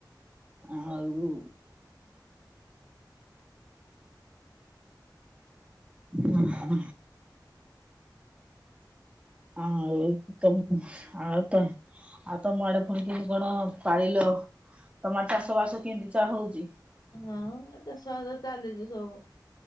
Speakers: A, on the right; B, on the left.
A: ଆଉ ଅହଁ। ଆଉ ତମ୍ ଆଉ ତ ଆଉ ତମ ଆଡେ ଫୁଣି କେମିତି କଣ ପାଳିଲ ତମ ଆଡ଼େ ଚାଷ ବାସ କେମତି ଚାଲ୍ ହୋଉଚି?
B: ହଁ ଚାଷ ବାସ ଚାଲିଚି ସବୁ।